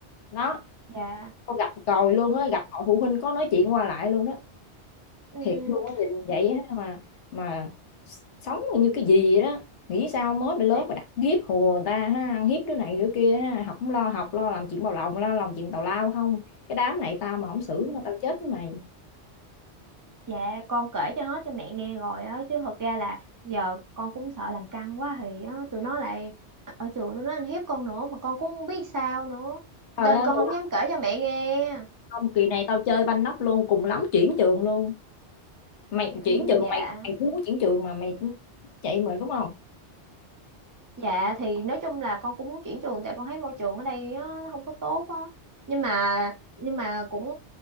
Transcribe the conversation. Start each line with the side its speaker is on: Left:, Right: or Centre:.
Left: đó
Right: dạ
Left: tao gặp rồi luôn
Right: ừ,
Left: á gặp họ phụ huynh có nói chuyện qua lại luôn đó
Right: ừ,
Left: thiệt luôn á nhìn vậy
Right: thì,
Left: á mà mà sống như cái gì vậy đó nghĩ sao mới bị lớn
Right: thì
Left: mà đặt hiếp hùa người ta ha ăn hiếp đứa này đứa kia ha học không lo học lo làm chuyện bào lộng lo làm chuyện tào lao không cái đám này tao mà không
Right: Ừ.
Left: xử nó tao chết với mày
Right: Dạ con kể cho hết cho mẹ nghe rồi á chứ thật ra là giờ con cũng sợ làm căng quá thì á, tụi nó lại ở trường tụi nó ăn hiếp con nữa mà con cũng không biết sao nữa
Left: trời
Right: nên
Left: ơi
Right: con
Left: mày
Right: không
Left: lo
Right: dám kể cho mẹ nghe
Left: không kỳ này tao chơi banh nóc luôn cùng lắm chuyển trường luôn mày
Right: ừ,
Left: chuyển trường
Right: dạ
Left: mày mày cũng muốn chuyển trường mà mày cũng chạy mình đúng không
Right: Dạ thì nói chung là con cũng muốn chuyển trường tại con thấy môi trường ở đây á, nó không có tốt á. Nhưng mà nhưng mà cũng